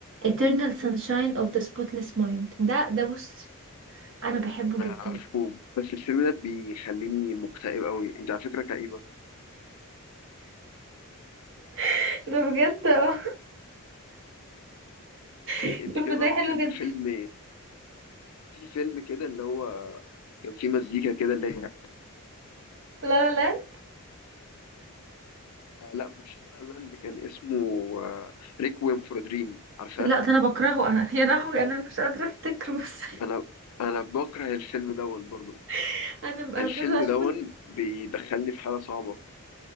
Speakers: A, on the right (about 60°); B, on the left (about 80°).
A: Eternal Sunshine of the Spotless Mind ده ده بص انا بحبه
B: انا
A: جدا
B: عارفه بس الفيلم ده بيخليني مكتئب قوي انت على فكرة كئيبة
A: <laughs> ده بجد اه
B: يعني
A: الفيلم
B: انت كده بقى
A: ده
B: بتحب
A: حلو جدا
B: فيلم في فيلم كده اللي هو كان فيه مزيكا كده اللي هي
A: لا لا لا
B: آه، لا مش لا لاند كان اسمه ريكويم فور دريم عارفاه
A: لا ده انا بكرهه انا يا لهوي انا مش قادره افتكره بس
B: انا انا بكره الفيلم دون برضو
A: <laughs> انا انا
B: الفيلم
A: مش عايزه اشوفه
B: دون بيدخلني في حاله صعبه